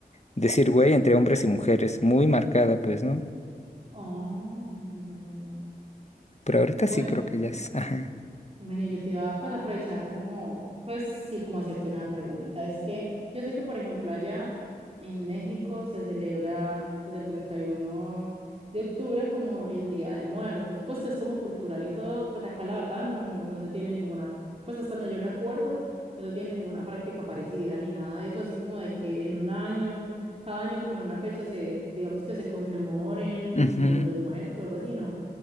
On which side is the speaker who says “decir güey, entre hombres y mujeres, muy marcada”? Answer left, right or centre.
Left